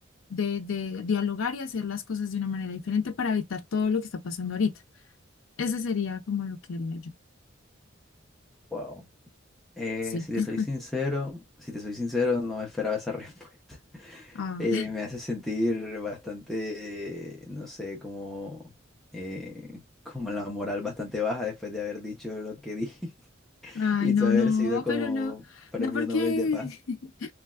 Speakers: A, on the left; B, in the centre.
A: de, de dialogar y hacer las cosas de una manera diferente para evitar todo lo que está pasando ahorita. Ese sería como lo que haría yo.
B: wow. Eh,
A: Sí.
B: si te
A: <laughs>
B: soy sincero, si te soy sincero, no me esperaba esa <laughs> respuesta.
A: Ah.
B: eh, me hace sentir bastante, eh, no sé, como, eh, <laughs> como la moral bastante baja después de haber dicho lo que dije <laughs>
A: Ay,
B: y
A: no,
B: haber
A: no,
B: sido como
A: pero no,
B: premio
A: no porque,
B: Nobel de Paz.
A: <laughs>